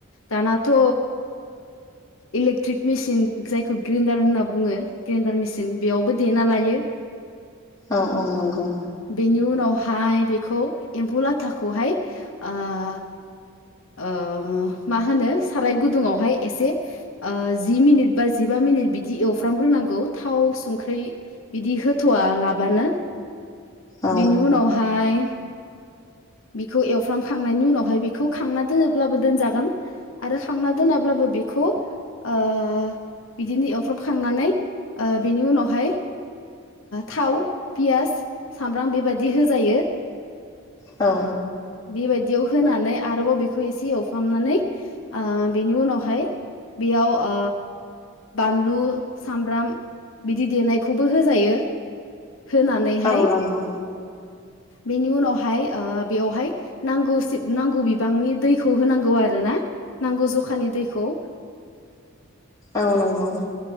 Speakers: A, on the left; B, on the left.
A: दानाथ' इलेथ्रिक मेसिन जायखौ ग्रेन्डार होनना बुङो ग्रेन्डार मेसिन बेयावबो देना लायो।
B: औ औ नंगौ।
A: बेनि उनावहाय बेखौ एम्फौ लाथाखौहाय ओ मा होनो साराय गुदुङावहाय एसे जि मिनिट बा जिा जिबा मिनिट बिदि एवफ्रामग्रोनांगौ थाव संख्र्रि बिदि होथ'वा लाबानो
B: औ
A: बेनि उनावहाय बेखौ एव फ्राम खांनायनि उनावहाय बेखौ खांना दोनोब्लाबो दोनजागोन आरो खांना दोनाब्लाबो बेखौ ओ बिदिनो एवफ्रामखांनानै बिनि उनावहाय थाव पियास सामब्राम बेबायदि होजायो।
B: औ
A: बेबायदियाव होनानै आरोबाव बेखौ एसे एवफ्रामनानै ओ बेनि उनावहाय बेयाव ओ बानलु सामब्राम बिदि देनायखौबो होजायो होनानैहाय
B: औ नंगौ
A: बेनि उनाव हायो ओ बेयावहाय नांगौसि नांगौ बिबांनि दैखौ होनांगौ आरोना नांगौ जा जखानि दैखौ
B: औ नोंगौ।